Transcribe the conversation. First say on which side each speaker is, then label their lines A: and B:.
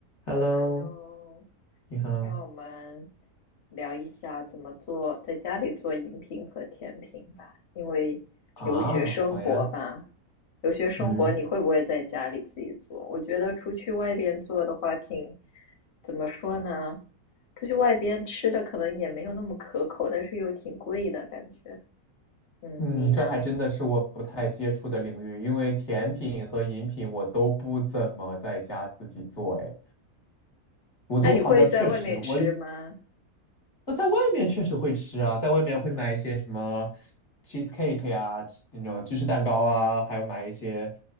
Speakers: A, on the left (about 20°); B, on the left (about 60°).
A: Hello，
B: Hello，
A: 你好。
B: 今天我们聊一下怎么做，在家里做饮品和甜品吧。因为留学生活吧，
A: 啊，好呀。
B: 留学生活你会不会在家里自己做？
A: 嗯
B: 我觉得出去外边做的话挺，怎么说呢？出去外边吃的可能也没有那么可口，但是又挺贵的感觉。嗯，
A: 嗯，
B: 你呢？
A: 这还真的是我不太接触的领域，因为甜品和饮品我都不怎么在家自己做。哎，我都好像确实，
B: 那你会在外面吃吗？
A: 我那在外面确实会吃啊，在外面会买一些什么 cheesecake 呀、那种芝士蛋糕啊，还有买一些